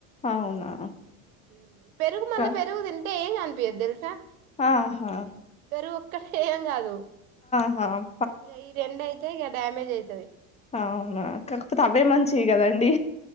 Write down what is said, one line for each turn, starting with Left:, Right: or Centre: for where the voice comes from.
Left: అవునా
Right: హ పెరుగు మళ్ళా
Left: కా
Right: పెరుగు తింటే ఏం అం పేరుతెలుసా
Left: ఆహా
Right: ఇద్దరూ ఒక్కటే ఏం గాదు
Left: హ
Right: ఇగ ఈ రెండయితే గ డేమేజ్ అయి
Left: అవునా కాకపోతే అవే మంచివి గదండి.